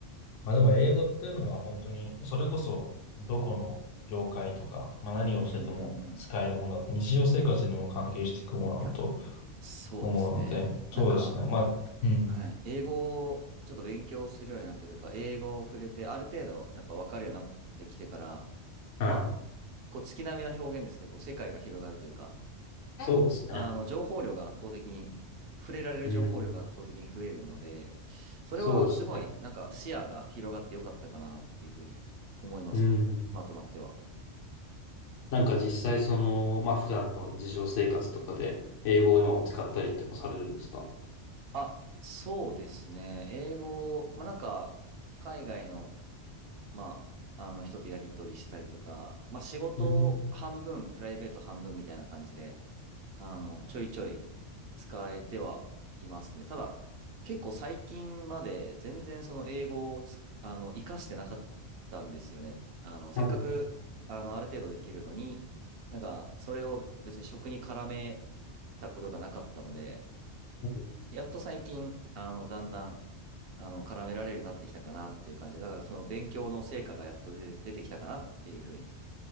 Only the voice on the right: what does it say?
うんうんうんうん。
いや、そうですね。
なんか、
はい。英語をちょっと勉強するようになってというか、英語を触れて、ある程度やっぱ分かるようになってきてから、
まあ、こう月並みな表現ですけど、こう世界が広がるというか、
あの、情報量が圧倒的に、触れられる情報量が圧倒的に増えるので、
それはすごい、
なんか視野が広がってよかったかなっていうふうに思いますね。
今となっては。
あ、そうですね。英語、まあなんか、海外のまあ、あの人とやり取りしたりとか、まあ仕事半分、
プライベート半分みたいな感じで、あの、ちょいちょい使えてはいますね。ただ、結構最近まで全然その英語をつ、あの、活かしてなかったんですよね。あの、せっかく、
あの、ある程度できるのに、なんか、それを別に職に絡めたことがなかったので、
やっと最近、あの、だんだん、あの、絡められるようになってきたかなっていう感じで、だからその勉強の成果がやっと出て、出てきたかなっていうふうに